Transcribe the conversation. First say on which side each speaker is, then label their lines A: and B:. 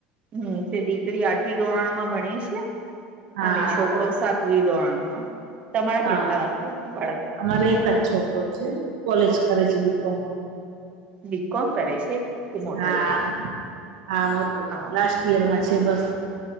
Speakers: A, on the right; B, on the right.
A: હમ તે દીકરી આઠમ ધોરણમાં ભણે છે
B: હા
A: અને છોકરો સાથે લ દો આંગમાં તમારા
B: હા
A: કેટલા વાશે બાળકો
B: અમારે એકદ છોકરો છે કોલેજ કરે છે
A: એક
B: બિકમ
A: બીકોમ કરે છે તે મોટો
B: હા
A: છે
B: હા મોટો
A: આવ
B: લાસ્ટ ઈયરમાં બસ